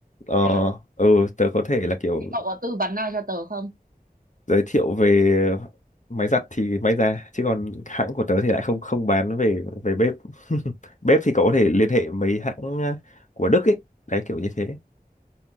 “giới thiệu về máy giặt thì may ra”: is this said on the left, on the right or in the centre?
Left